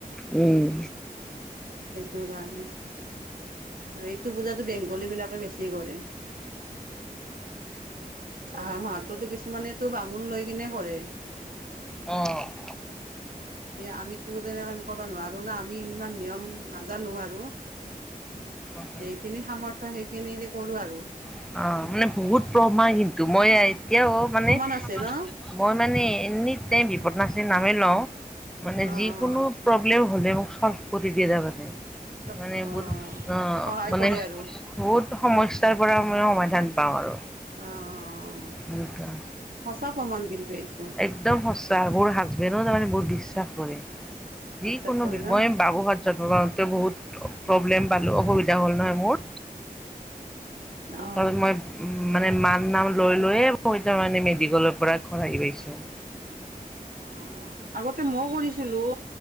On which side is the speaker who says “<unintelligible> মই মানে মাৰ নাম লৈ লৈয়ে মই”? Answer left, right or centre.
Centre